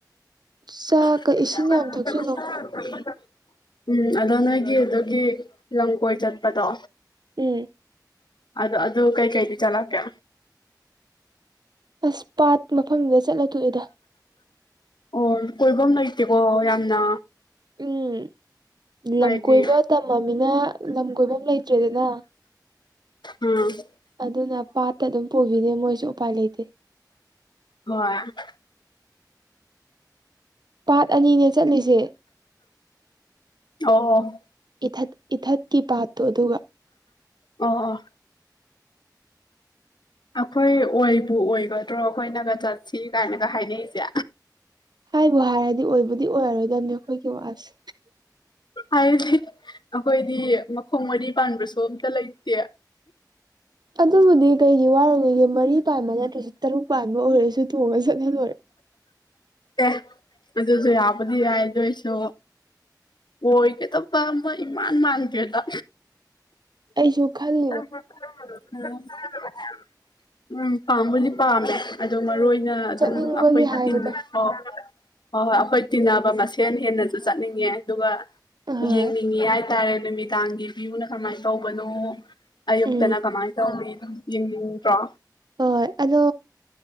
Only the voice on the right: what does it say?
ꯆꯥꯛꯀ
ꯏꯁꯤꯡ ꯌꯥꯝ ꯊꯛꯆꯜꯂꯣ
ꯎ <unintelligible> <inaudible>
ꯑꯁ ꯄꯥꯠ ꯃꯐꯝꯗ ꯆꯠꯂꯗꯣꯏꯏꯗ
ꯎꯝ ꯂꯝ
ꯀꯣꯏꯕ ꯇꯝꯃꯃꯤꯅ ꯂꯝ ꯀꯣꯏꯕ ꯂꯩꯇ꯭ꯔꯦꯗꯅ
ꯑꯗꯨꯅ ꯄꯥꯠꯇ ꯑꯗꯨꯝ ꯄꯨꯕꯤꯅꯦ ꯃꯣꯏꯁꯨ ꯎꯄꯥꯏ ꯂꯩꯇꯦ
ꯄꯥꯠ ꯑꯅꯤꯅꯦ ꯆꯠꯂꯤꯁꯦ
ꯏꯊꯠ ꯏꯊꯠꯀꯤ ꯄꯥꯠꯇꯣ ꯑꯗꯨꯒ
ꯍꯥꯏꯕꯨ ꯍꯥꯏꯔꯗꯤ ꯑꯣꯏꯕꯨꯗꯤ ꯑꯣꯏꯔꯔꯣꯏꯗꯕꯅꯤ ꯑꯩꯈꯣꯏꯒꯤ ꯋꯥꯁꯦ
ꯑꯗꯨꯕꯨꯗꯤ ꯀꯩꯒꯤ ꯋꯥꯔꯅꯤꯒꯦ ꯃꯔꯤ ꯄꯥꯟꯕ ꯅꯠꯇ꯭ꯔꯁꯨ ꯇꯔꯨꯛ ꯄꯥꯟꯕ ꯑꯣꯏꯔꯁꯨ ꯊꯣꯡꯉꯒ ꯆꯠꯍꯜ ꯂꯣꯏꯔꯦ
ꯑꯩꯁꯨ ꯈꯜꯂꯤ
ꯎꯝ
ꯆꯠꯅꯤꯡꯕꯒꯤ
ꯍꯥꯏꯕꯗꯣ
ꯍꯣꯏ
ꯎꯝ
ꯍꯣꯏ ꯑꯗꯣ